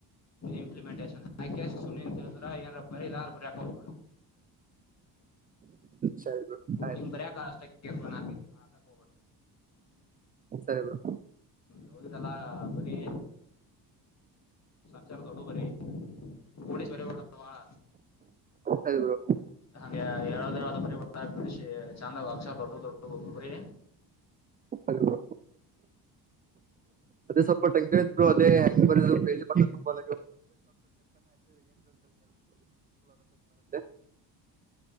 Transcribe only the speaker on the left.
ಇಂಪ್ಲಿಮೆಂಟೇಶನ್ ಸುಮನೆ್ರ ಏಾರ ಬರರಿ ಎಲ್ಲಾರ ಬರಕ <inaudible>
ನೀನ್ ಬರಿಕ ಅಷ್ಟಬಡ ಹಾಕಕ್
ಹೋಗಬೇಡಲ್ಲ ಬರಿ ಇನ್ನಟ ದೊಡ್ಡು ಬರೀ. ಕೂಡಿಸಿ ಬರಿಬೇಡ ಅವ ಭಾಳ.
ಹಂಗೆ ಹೇಳದ <unintelligible> ಬರಿ ಬಿಡಿಸಿ ಚಂದಾಗ ಅಕ್ಷರ ದೊಡ್ಡು ದೊಡ್ಡು ಬರೀ